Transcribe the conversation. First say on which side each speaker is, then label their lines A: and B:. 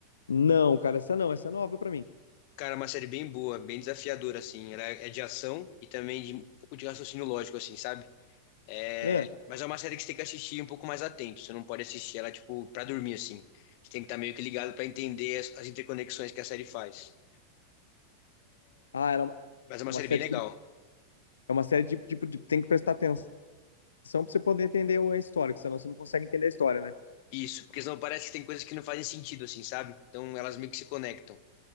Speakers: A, on the left (about 70°); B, on the left (about 45°).
A: Não, cara, essa não, essa é nova pra mim.
B: Cara, é uma série bem boa, bem desafiadora, assim. Ela é de ação e também de um pouco de raciocínio lógico, assim, sabe? É,
A: Ah,
B: mas é uma série que você tem que assistir um pouco mais atento. Você não pode assistir ela, tipo, pra dormir, assim. Você tem que estar meio que ligado pra entender as, as interconexões que a série faz.
A: ah, era uma,
B: Mas é uma
A: uma
B: série
A: série
B: bem legal.
A: tipo de, é uma série de, tipo de, tem que prestar atenção pra você poder entender a história, que senão você não consegue entender a história, né?
B: Isso, porque senão parece que tem coisas que não fazem sentido, assim, sabe? Então elas meio que se conectam.